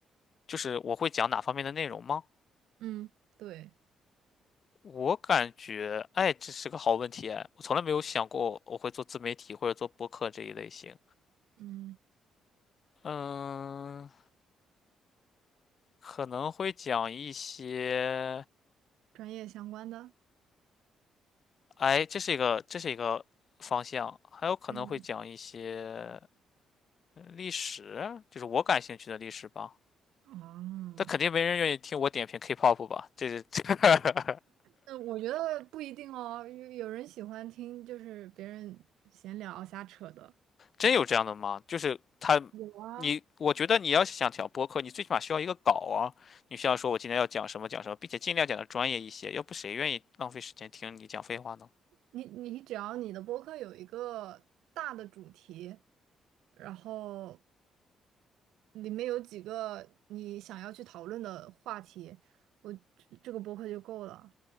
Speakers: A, on the left; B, on the right.
A: 就是我会讲哪方面的内容吗？
B: 嗯，对，
A: 我感觉，哎，这是个好问题哎，我从来没有想过我会做自媒体或者做播客这一类型。
B: 嗯，
A: 嗯，可能会讲一些，
B: 专业相关的，
A: 哎，这是一个这是一个方向，还有可能会讲一些
B: 嗯，
A: 历史，就是我感兴趣的历史吧。
B: 哦。
A: 但肯定没人愿意听我点评 K-pop 吧？这这这 <laughs>
B: 嗯，我觉得不一定哦，有有人喜欢听就是别人闲聊瞎扯的。
A: 真有这样的吗？就是他，
B: 有啊，
A: 你，我觉得你要是想讲播客，你最起码需要一个稿啊。你需要说我今天要讲什么讲什么，并且尽量讲的专业一些，要不谁愿意浪费时间听你讲废话呢？
B: 你你只要你的播客有一个大的主题，然后里面有几个你想要去讨论的话题，我这这个播客就够了。